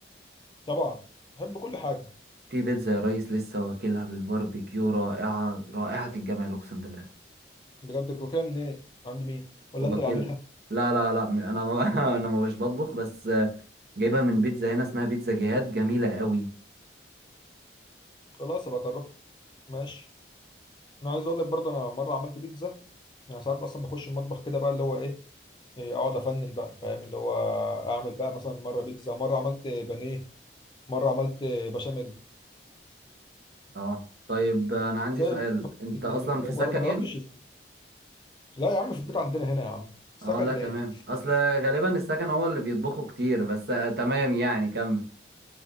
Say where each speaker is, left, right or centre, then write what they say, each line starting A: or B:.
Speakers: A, on the left; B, on the right.
A: طبعا بحب كل حاجه
B: في بيتزا يا ريس لسه واكلها بالباربيكيو رائعه رائحه الجمال اقسم بالله
A: بجد كوكيه منين عند مين ولا
B: واكل
A: انت اللي عاملها
B: لا لا لا م- انا ما <laughs> انا ما مش بطبخ بس آه، جايبها من بيتزا هنا اسمها بيتزا جهاد جميله قوي
A: خلاص ابقى اجربها ماشي انا عايز اقول لك برضه انا مره عملت بيتزا يعني ساعات اصلا بخش المطبخ كده بقى اللي هو ايه إيه، اقعد افنن بقى فاهم اللي هو اعمل بقى مثلا مره بيتزا مره عملت بانيه مره عملت بشاميل
B: اه طيب آه، انا عندي
A: زي
B: سؤال
A: ما
B: انت
A: كتير
B: اصلا
A: انت
B: في سكن
A: ما جربتش
B: يعني
A: ازاي؟ لا يا عم في البيت عندنا هنا يا عم سكن
B: اه لا
A: ليه
B: تمام اصل غالبا السكن هو اللي بيطبخوا كتير بس آه، تمام يعني كمل